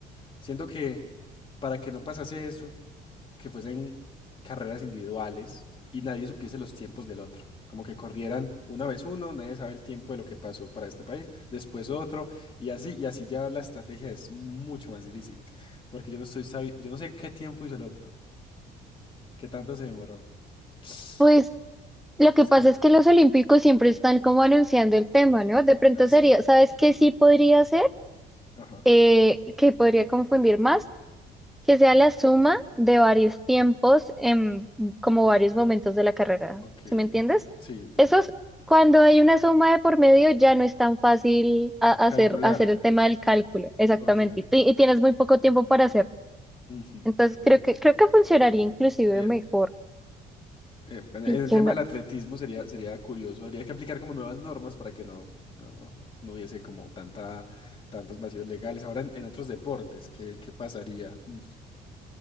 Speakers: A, on the left; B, in the centre.
A: Siento que para que no pasase eso, que fuesen carreras individuales y nadie supiese los tiempos del otro. Como que corrieran una vez uno, nadie sabe el tiempo de lo que pasó para este país, después otro, y así, y así ya la estrategia es mucho más difícil, porque yo no estoy sabi- yo no sé qué tiempo hizo el otro, qué tanto se demoró. Es
B: Pues, lo que pasa
A: cor-
B: es que los olímpicos siempre están como anunciando el tema, ¿no? De pronto
A: ah, sí.
B: sería, ¿sabes qué sí podría ser?
A: Ajá.
B: eh, que podría confundir más, que sea la suma de varios tiempos en como varios momentos de la carrera.
A: Ok.
B: ¿Sí me entiendes?
A: Sí, entiendo.
B: Eso es, cuando hay una suma de por medio ya no es tan fácil a- hacer,
A: Calcular.
B: hacer el tema del cálculo, exactamente.
A: Ok.
B: Y, ti- y tienes muy poco tiempo para hacerlo.
A: Ujú.
B: Entonces
A: Eh,
B: creo que, creo que funcionaría inclusive
A: eh,
B: mejor.
A: Eh, bueno,
B: Sí,
A: en el
B: yo
A: tema
B: no,
A: del atletismo sería, sería curioso. Habría que aplicar como nuevas normas para que no, no, no hubiese como tanta, tantos vacíos legales. Ahora en, en otros deportes, ¿qué, qué pasaría? Mm.